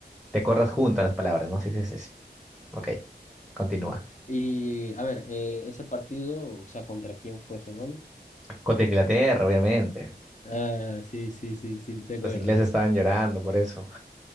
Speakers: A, in the centre; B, on the left.
A: te acuerdas junto a las palabras, ¿no? Sí, sí, sí, sí. Ok, continúa.
B: Y a ver, eh, ese partido, o sea, ¿contra quién fue ese gol?
A: Contra Inglaterra, obviamente.
B: Ah, sí, sí, sí, sí, te acuerdas.
A: Los ingleses estaban llorando por eso.